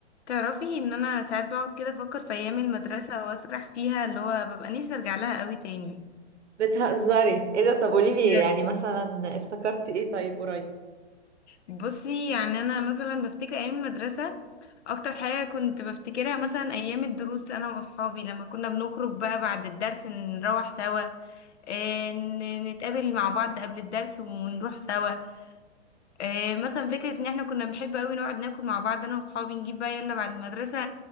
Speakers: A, on the left; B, on the right.
A: تعرفي ان انا ساعات بقعد كده افكر في ايام المدرسه واسرح فيها اللي هو ببقى نفسي ارجع لها قوي تاني
B: بتهزري ايه ده طب قولي لي
A: بجد.
B: يعني مثلا افتكرتي ايه طيب قريب
A: بصي يعني انا مثلا بفتكر ايام المدرسه اكتر حاجه كنت بفتكرها مثلا ايام الدروس انا واصحابي لما كنا بنخرج بقى بعد الدرس نروح سوا آه، ن- نتقابل مع بعض قبل الدرس ونروح سوا آه، مثلا فكرة ان احنا كنا بنحب قوي نقعد ناكل مع بعض انا واصحابي نجيب بقى يلا بعد المدرسة